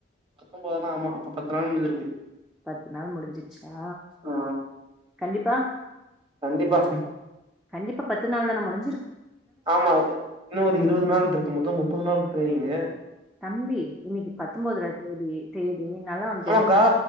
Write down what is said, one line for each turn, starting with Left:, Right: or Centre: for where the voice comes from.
Right: பத்தொன்பத நா ஆமா அப்ப பத்து நாள் முடிஞ்சிருக்
Centre: பத்து நாள் முடிஞ்சிச்சா
Right: ஆ
Centre: கண்டிப்பா
Right: கண்டிப்பா
Centre: கண்டிப்பா பத்து நாள் தான முடிஞ்
Right: ஆமா இன்னு ஒரு இருபது நாள்துருக்கு முத்தோ முப்பது நாள் ட்ரேங்க
Centre: தம்பி இன்னைக்கு பத்தொன்பது தேதி தேதி நல்லா ஒன்னு
Right: ஆமாக்கா
Centre: தெரிஞ்சுக்கா